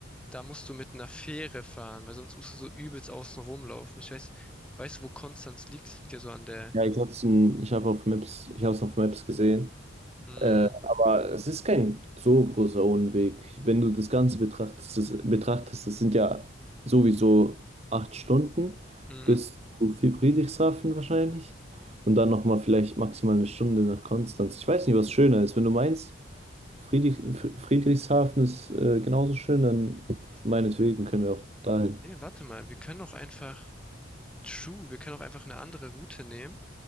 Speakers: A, in the centre; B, on the right.
A: da musst du mit einer Fähre fahren, weil sonst musst du so übelst außen rumlaufen. Ich weiß, weißt du, wo Konstanz liegt? Es liegt ja so an der,
B: Ja, ich hab's, in- ich hab auf Maps, ich hab's auf Maps gesehen.
A: mm,
B: Äh, aber es ist kein so großer Unweg. Wenn du das Ganze betrachtest, das, betrachtest, das sind ja sowieso acht Stunden
A: mm.
B: bis zu Friedrichshafen wahrscheinlich. Und dann nochmal vielleicht maximal eine Stunde nach Konstanz. Ich weiß nicht, was schöner ist. Wenn du meinst, Friedrich, Fr- Friedrichshafen ist äh, genauso schön, dann meinetwegen können wir auch dahin.
A: Nee, warte mal, wir können auch einfach, true, wir können auch einfach eine andere Route nehmen